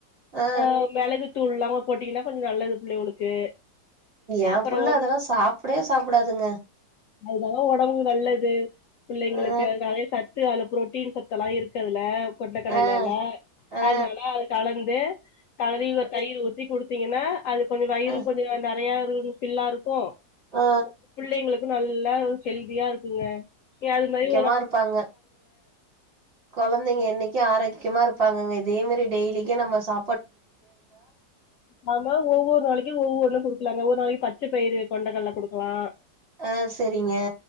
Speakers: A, on the right; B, on the left.
A: ஆ
B: அஹ் மெளகு தூள்ல்லாம போட்டீங்கன்னா கொஞ்சம் நல்லது பிள்ளைவளுக்கு
A: என்
B: அப்புறம்
A: புள்ள
B: வந்
A: அதெல்லா சாப்டவே சாப்டாதுங்க
B: அதுதாம் ஒடம்புக்கு நல்லது பிள்ளைங்களுக்கு
A: ஆ
B: <unintelligible> சத்து அது புரோட்டீன் சத்தெல்லாம் இருக்குஅதுல கொண்ட கடலையில்ல
A: ஆ ஆ
B: அதனால அது கலந் து கழறி ஒரு தைர் உத்தி குடுத் பாத்தீங்கன்னா அது கொஞ்சம் வயிறு
A: ஆ
B: கொஞ்சம் நெறையா பில்லா இருக்கும்
A: ஆ
B: புள்ளிங்களுக் நல்லா ஹெல்தியா இருக்குங்க ஒகே அதுமாரி
A: மா இருப்பாங்க கொழந்தைங்க என்னைக்கும் ஆரோக்கியமா இருப் பாப்பங்க இதே மாரி டெய்லிக்கு நம்ம சா
B: அதுமாரி ஒவ்வொரு நாளைக்கு ஒவ்வொன்னும் குடுக்கலாங்க ஒரு நாலைக்கு பச்ச பயிறு கொண்டக்கல்ல குடுக்கலாம்
A: ஆஹ் செரிங்க